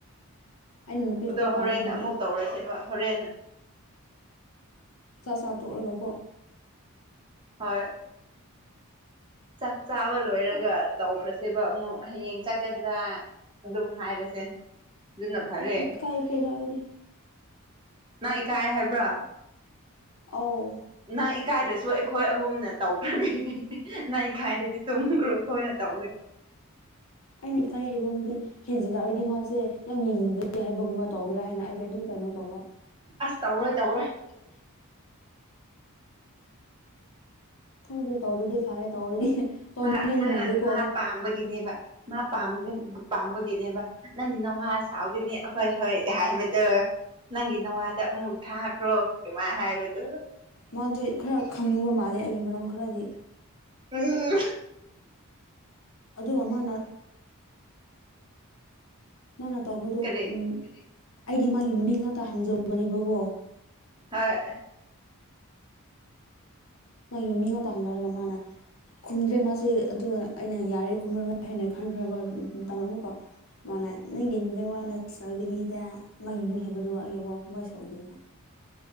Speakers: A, on the left; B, on the right.
A: ꯑꯩꯅ ꯅꯨꯄꯤ
B: ꯑꯗꯣ
A: ꯊꯣꯛꯄ ꯇꯥꯔꯦ
B: ꯍꯣꯔꯦꯟ
A: ꯑꯗꯨꯗꯤ
B: ꯑꯃꯨꯛ ꯇꯧꯔꯁꯦꯕ ꯍꯣꯔꯦꯟ
A: ꯆꯥꯛ ꯆꯥ ꯇꯣꯛꯂꯒꯀꯣ
B: ꯍꯣꯏ ꯆꯥꯛ ꯆꯥꯕ ꯂꯣꯏꯔꯒ ꯇꯧꯈ꯭ꯔꯁꯦꯕ ꯑꯃꯨꯛ ꯍꯌꯦꯡ ꯆꯠꯀꯗ꯭ꯔꯥ ꯑꯗꯨꯝ ꯍꯥꯏꯔꯁꯦ ꯑꯗꯨꯅ ꯐꯔꯦ
A: <unintelligible> ꯏꯀꯥꯏꯈ꯭ꯔꯦꯗ ꯑꯩꯗꯤ
B: ꯅꯪ ꯏꯀꯥꯏ ꯍꯥꯏꯕ꯭ꯔꯥ
A: ꯑꯧ
B: ꯅꯪ ꯏꯀꯥꯏꯗꯁꯨ ꯑꯩꯈꯣꯏ ꯑꯍꯨꯝꯅ ꯇꯧꯈ꯭ꯔꯒꯦ ꯅꯪ ꯏꯀꯥꯏꯗꯗꯤ ꯇꯨꯝꯈ꯭ꯔꯣ ꯑꯩꯈꯣꯏꯅ ꯇꯧꯏꯦ <inaudible>
A: ꯑꯩꯅ ꯏꯀꯥꯏ ꯍꯥꯏꯕꯕꯨꯗꯤ ꯍꯦꯟꯖꯤꯜꯔꯛꯑꯗꯤ ꯃꯥꯁꯦ ꯌꯥꯝ ꯌꯦꯡꯅꯤꯡꯗꯦ ꯍꯥꯏꯕꯒꯨꯝꯕ ꯇꯧꯒꯦꯔꯥ ꯍꯥꯏꯅ ꯑꯩꯗꯤ ꯑꯗꯨꯝ ꯀꯩꯅꯣ ꯇꯧꯕ
B: ꯑꯁ ꯇꯧꯔꯣꯏ ꯇꯧꯔꯣꯏ
A: <unintelligible> ꯈꯪꯗꯦ ꯇꯧꯗꯔꯗꯤ ꯐꯔꯦ ꯇꯧꯔꯗꯤ ꯇꯧꯅꯤꯡꯉꯗꯤ
B: ꯃꯥ ꯃꯥ
A: ꯃꯥꯟꯗꯦꯀꯣ
B: ꯃꯥ ꯄꯥꯝꯕꯒꯤꯅꯦꯕ ꯃꯥ ꯄꯥꯝꯕꯒꯤ ꯄꯥꯝꯕꯒꯤꯅꯦꯕ ꯅꯪꯒꯤ ꯅꯋꯥ ꯁꯥꯥꯎꯒꯅꯤ ꯍꯣꯏ ꯍꯣꯏ ꯍꯥꯏꯕꯗ‌ꯣ ꯅꯪꯒꯤ ꯅꯋꯥꯗ ꯑꯃꯨꯛ ꯊꯥꯈ꯭ꯔꯣ ꯗꯨꯃꯥꯏ ꯍꯥꯏꯕꯗꯨ
A: ꯃꯥꯗꯣ ꯈꯔ ꯈꯪꯅꯤꯡꯕ ꯃꯥꯜꯂꯦ ꯑꯩꯒꯤ ꯃꯔꯝ ꯈꯔꯗꯤ
B: ꯎꯝ
A: ꯑꯗ‌ꯣ ꯃꯥꯅ ꯃꯥꯅ ꯇꯧꯕꯗꯣ
B: ꯀꯔꯤ
A: ꯎꯝ ꯑꯩꯗꯤ ꯃꯥꯒꯤ ꯃꯃꯤꯡ ꯉꯥꯛꯇ ꯍꯪꯖꯕꯅꯦꯕꯀꯣ
B: ꯍ‌ꯣꯏ
A: ꯃꯥꯒꯤ ꯃꯃꯤꯡ ꯉꯥꯛꯇ ꯍꯪꯖꯔꯒ ꯃꯥꯅ ꯈꯨꯝꯗ꯭ꯔꯦ ꯃꯥꯁꯦ ꯑꯗꯨꯒ ꯑꯩꯅ ꯌꯥꯔꯦ ꯈꯨꯝꯃꯔꯣꯏ ꯍꯥꯏꯅ ꯈꯟꯈ꯭ꯔꯕ ꯃꯇꯝꯗ ꯑꯃꯨꯛꯀ ꯃꯥꯅ ꯅꯪꯒꯤ ꯅꯋꯥꯅ ꯁꯥꯎꯒꯅꯤꯗ ꯃꯥꯒꯤ ꯃꯃꯤꯡ ꯍꯥꯏꯕꯗꯨꯕꯨ ꯑꯩꯒꯤ ꯏꯋꯥꯅ ꯀꯃꯥꯏ ꯁꯥꯎꯗ‌ꯣꯏꯅ‌ꯣ